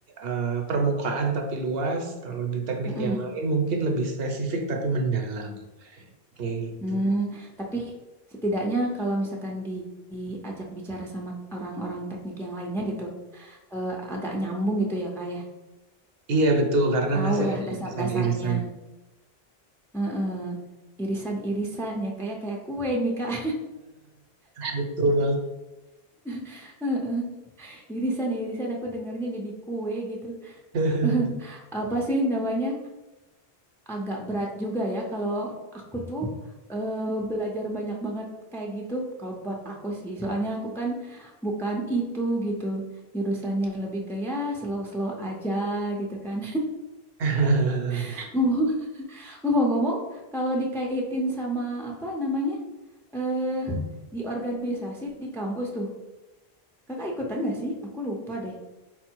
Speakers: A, on the right; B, in the centre.
A: eh, permukaan tapi luas, kalau di teknik
B: Mm-mm.
A: yang lain mungkin lebih spesifik tapi mendalam, kayak gitu.
B: Hmm, tapi setidaknya kalau misalkan di, diajak bicara sama orang-orang teknik yang lainnya gitu, eh, agak nyambung gitu ya kak ya.
A: Iya betul, karena
B: Tahu
A: masih
B: lah
A: ada
B: dasar-dasarnya.
A: irisan-irisan.
B: Heeh. Irisan-irisan ya kayak kayak kue nih kak.
A: Betul
B: <laughs> Heeh. Irisan-irisan aku dengarnya jadi kue gitu.
A: banget.
B: <laughs> Apa sih namanya? agak berat juga ya kalau aku tuh eh, belajar banyak banget kayak gitu kalau buat aku sih soalnya aku kan bukan itu gitu jurusannya lebih ke ya slow-slow aja gitu kan
A: <laughs>
B: <laughs> Ngomong- ngomong-ngomong kalau dikaitin sama apa namanya eh di organisasi di kampus tuh kakak ikutan gak sih aku lupa deh